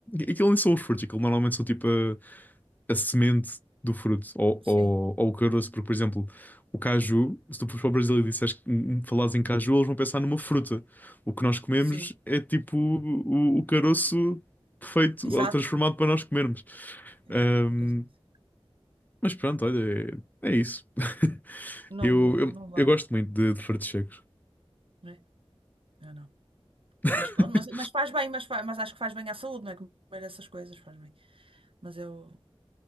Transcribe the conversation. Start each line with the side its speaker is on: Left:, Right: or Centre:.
Left: Aquilo nem são os frutos, aquilo normalmente são tipo a, a semente do fruto ou,
Right: Sim,
Left: ou, ou o caroço, porque, por exemplo, o caju, se tu fores para o Brasil e disseres que hum, hum, falares em caju, eles vão pensar numa fruta. O que nós comemos
Right: sim.
Left: é tipo o, o caroço feito
Right: Exato.
Left: ou transformado para nós comermos.
Right: Exato,
Left: Ahm,
Right: é uma coisa assim.
Left: mas pronto, olha, é, é isso. <laughs>
Right: Não,
Left: Eu,
Right: não,
Left: eu,
Right: não vai.
Left: eu gosto muito de, de frutos secos.
Right: Né? Eu não. Mas
Left: <laughs>
Right: pronto, mas, mas faz bem, mas, faz, mas acho que faz bem à saúde, não é? Comer essas coisas faz bem. Mas eu,